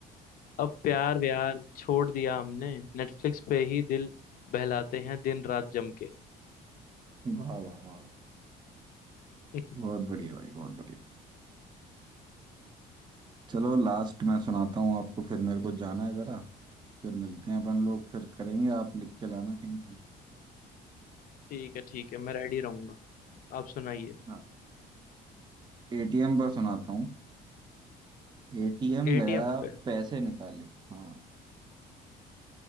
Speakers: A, on the left; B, on the right.
A: अब प्यार व्यार छोड़ दिया हमने नेटफ्लिक्स पे ही दिल बहलाते हैं दिन रात जम के
B: वाह वाह वाह वाह
A: <laughs>
B: बहुत बढ़िया भाई बहुत बढ़िया चलो लास्ट मैं सुनाता हूँ आपको फिर मेरे को जाना है जरा फिर मिलते हैं अपन लोग फिर करेंगे आप लिख के लाना कहीं से
A: ठीक है ठीक है मैं रेडी रहूंगा आप सुनाइए
B: हाँ एटीएम पर सुनाता हूँ एटीएम
A: एटीएम
B: गया
A: पे
B: पैसे निकाले हाँ